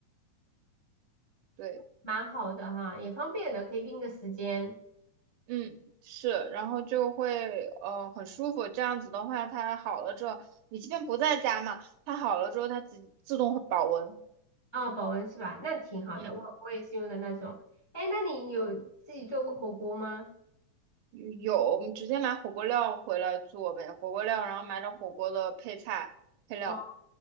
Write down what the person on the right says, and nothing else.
对，
嗯，是，然后就会呃很舒服。这样子的话，它好了之后，你即便不在家嘛，它好了之后它自自动会保温。
嗯，
有，我们直接买火锅料回来做呗，火锅料，然后买点火锅的配菜配料。